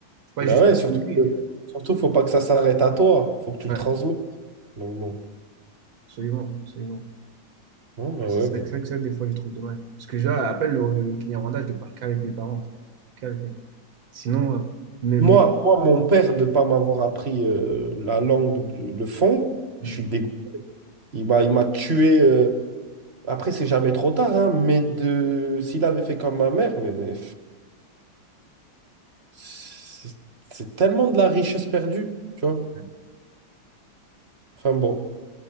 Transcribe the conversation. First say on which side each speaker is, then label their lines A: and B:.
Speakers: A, on the right; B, on the right.
A: Pas
B: Bah
A: juste
B: ouais, surtout,
A: contre l'église.
B: que- surtout, faut pas que ça s'arrête à toi. Faut que tu le
A: Ouais,
B: transmettes. Donc bon.
A: absolument, absolument.
B: Non, bah
A: C'est
B: ouais, vous-
A: ça, que c'est que ça, des fois, je trouve dommage. Parce que déjà, appelle le, le client randal, je te parle qu'avec mes parents, frère. Qu'avec mes parents. Sinon, euh, mais,
B: Moi,
A: mais,
B: moi, mon père, de pas m'avoir appris euh, la langue, le fond, je
A: Mm.
B: suis dégoûté. Il m'a, il m'a tué. euh, Après, c'est jamais trop tard, hein, mais de... s'il avait fait comme ma mère, mais. C'est c'est tellement de la richesse perdue, tu vois.
A: Ouais.
B: Enfin bon,